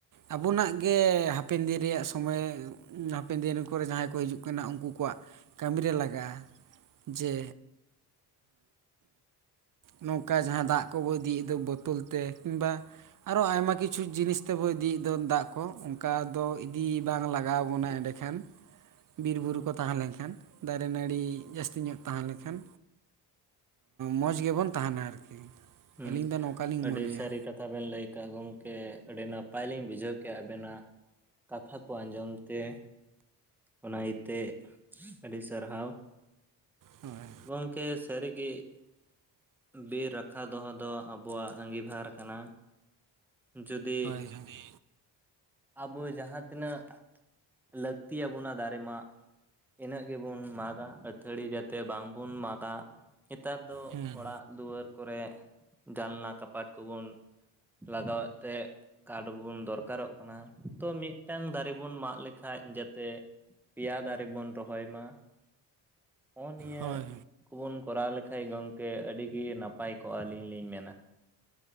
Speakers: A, on the right; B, in the centre.
A: ᱟᱵᱩᱱᱟᱜ ᱜᱮ ᱦᱟᱯᱮᱱ ᱫᱤᱱ ᱨᱮᱭᱟᱜ ᱥᱚᱢᱚᱭ ᱦᱩᱸ ᱦᱟᱯᱮᱱ ᱫᱤᱱ ᱠᱚᱨᱮ ᱡᱟᱦᱟᱸᱭ ᱠᱚ ᱦᱤᱡᱩᱜ ᱠᱟᱱᱟ ᱩᱱᱠᱩ ᱠᱚᱣᱟᱜ ᱠᱟᱹᱢᱤᱨᱮ ᱞᱟᱜᱟᱜᱼᱟ ᱡᱮ ᱱᱚᱝᱠᱟ ᱡᱟᱦᱟᱸ ᱫᱟᱜ ᱠᱚᱵᱚ ᱤᱫᱤᱭᱮᱫ ᱫᱟ ᱵᱳᱛᱳᱚᱞ ᱛᱮ ᱠᱤᱝᱵᱟ ᱟᱨᱚ ᱟᱭᱢᱟ ᱠᱤᱪᱷᱩ ᱡᱤᱱᱤᱥ ᱛᱮᱵᱚ ᱤᱫᱤᱭᱮᱫ ᱫᱚ ᱫᱟᱜ ᱠᱚ ᱚᱱᱠᱟ ᱫᱚ ᱤᱫᱤ ᱵᱟᱝ ᱞᱟᱜᱟᱣ ᱵᱚᱱᱟ ᱮᱸᱰᱮ ᱠᱷᱟᱱ ᱵᱤᱨ-ᱵᱩᱨᱩ ᱠᱚ ᱛᱟᱦᱟᱸ ᱞᱮᱱᱠᱷᱟᱱ ᱫᱟᱨᱮ ᱱᱟᱹᱲᱤ ᱡᱟᱹᱥᱛᱤ ᱧᱚᱜ ᱛᱟᱦᱟᱸᱞᱱᱠᱷᱟᱱ ᱢᱚᱡᱽ ᱜᱮᱵᱚᱱ ᱛᱟᱦᱟᱱᱟ ᱟᱨᱠᱤ
B: ᱦᱩᱸ
A: ᱟᱹᱞᱤᱧ ᱫᱚ ᱱᱚᱝᱠᱟᱞᱤᱧ
B: ᱟᱹᱰᱤ
A: ᱢᱚᱱᱮᱭᱟ
B: ᱥᱟᱹᱨᱤ ᱠᱟᱛᱷ ᱛᱷᱟ ᱵᱮᱱ ᱞᱟᱹᱭ ᱠᱟᱜᱼᱟ ᱜᱚᱢᱠᱮ ᱟᱹᱰᱤ ᱱᱟᱯᱟᱭ ᱞᱤᱧ ᱵᱩᱡᱷᱟᱹᱣ ᱠᱮᱜᱼᱟ ᱟᱵᱮᱱᱟᱜ ᱠᱟᱛᱷᱟ ᱠᱚ ᱟᱸᱡᱚᱢ ᱛᱮ ᱚᱱᱟ ᱤᱛᱮ ᱟᱹᱰᱤ ᱥᱟᱨᱦᱟᱣ
A: ᱦᱳᱭ
B: ᱜᱚᱝᱠᱮ ᱥᱟᱹᱨᱤᱜᱤ ᱵᱤᱨ ᱨᱟᱠᱷᱟ ᱫᱚᱦᱚ ᱫᱚ ᱟᱵᱚᱣᱟᱜ ᱟᱺᱜᱤᱵᱷᱟᱨ ᱠᱟᱱᱟ ᱡᱩᱫᱤ
A: ᱡᱩᱫᱤ
B: ᱟᱵᱚ ᱡᱟᱦᱟᱸ ᱛᱤᱱᱟᱹᱜ ᱞᱟᱹᱠᱛᱤ ᱭᱟᱵᱚᱱᱟ ᱫᱟᱨᱮ ᱢᱟᱜ ᱤᱱᱟᱹᱜ ᱜᱮᱵᱚᱱ ᱢᱟᱜᱟ ᱟᱹᱛᱷᱟᱹᱲᱤ ᱡᱟᱛᱮ ᱵᱟᱝᱵᱚᱱ ᱢᱟᱜᱟ ᱱᱮᱛᱟᱨ ᱫᱚ
A: ᱦᱮᱸ
B: ᱚᱲᱟᱜ ᱫᱩᱣᱟᱹᱨ ᱠᱚᱨᱮᱜ ᱠᱟᱯᱟᱴ ᱠᱚᱵᱚᱱ ᱞᱟᱜᱟᱣᱮᱫ ᱛᱮ ᱠᱟᱰ ᱵᱚᱱ ᱫᱚᱨᱠᱟᱨᱚᱜ ᱠᱟᱱᱟ ᱛᱚ ᱢᱤᱫ ᱢᱤᱫᱴᱟᱝ ᱫᱟᱨᱮ ᱵᱚᱱ ᱢᱟᱜ ᱞᱮᱠᱷᱟᱡ ᱡᱟᱛᱮ ᱯᱮᱭᱟ ᱫᱟᱨᱮ ᱵᱚᱱ ᱨᱚᱦᱚᱭ ᱢᱟ ᱦᱚᱜᱼᱚ ᱱᱤᱭᱟᱹ
A: ᱦᱳᱭ
B: ᱠᱩᱵᱩᱱ ᱠᱚᱨᱟᱣ ᱞᱮᱠᱷᱟᱡ ᱜᱚᱢᱠᱮ ᱟᱹᱰᱤᱜᱤ ᱱᱟᱯᱟᱭ ᱠᱚᱜᱼᱟ ᱟᱹᱞᱤᱧ ᱞᱤᱧ ᱢᱮᱱᱟ